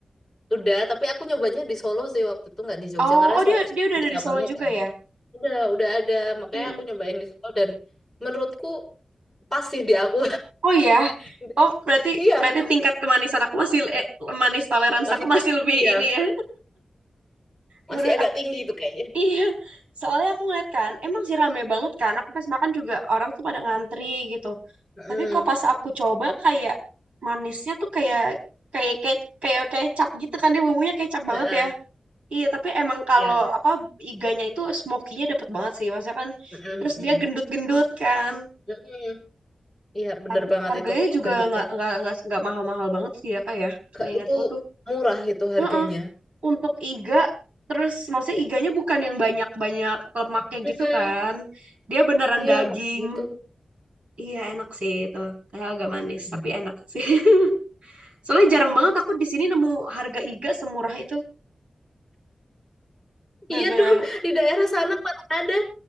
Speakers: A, in the centre; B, on the right.
A: udah. Tapi aku nyobanya di Solo sih waktu itu nggak di Jogja
B: Oh,
A: karena
B: oh
A: so
B: dia
A: so-
B: dia udah
A: ada
B: ada
A: cabangnya
B: di Solo juga
A: kan.
B: ya?
A: Udah, udah ada. Makanya
B: Mm-mm.
A: aku nyobain di Solo dan menurutku pas sih di aku.
B: Oh iya.
A: <laughs>
B: Oh, berarti
A: Iya,
B: berarti tingkat kemanisan aku masih eh, manis toleransi
A: masih
B: aku masih lebih
A: iya,
B: ini ya.
A: masih
B: Menurut
A: agak
B: aku
A: tinggi itu kayaknya.
B: Iya, soalnya aku ngeliat kan, emang sih rame banget kan. Aku pas makan juga orang tuh pada ngantri gitu.
A: Mm.
B: Tapi kok pas aku coba kayak manisnya tuh kayak kayak kayak kayak kecap gitu kan dia bumbunya kecap banget
A: Heeh,
B: ya. Iya, tapi emang kalau
A: iya.
B: apa iganya itu smokinya dapet banget sih. Maksudnya kan
A: Mm-mm,
B: terus
A: mm-mm.
B: dia gendut-gendut kan.
A: Mm-mm. Iya, bener
B: Har-
A: banget
B: Harganya
A: itu kalau
B: juga
A: gendutnya.
B: nggak nggak nggak nggak mahal-mahal banget sih ya kak ya.
A: Kak,
B: Seingatku
A: itu
B: tuh.
A: murah itu harganya.
B: Heeh. untuk iga terus maksudnya iganya bukan yang banyak-banyak lemaknya
A: Mm-mm.
B: gitu kan. Dia beneran
A: Iya,
B: daging.
A: makanya itu.
B: Iya enak sih itu. Kayak agak manis
A: mm
B: tapi enak sih. <laughs> Soalnya jarang banget aku di sini nemu harga iga semurah itu. Bener-bener
A: Iya dong, di daerah sana mana ada.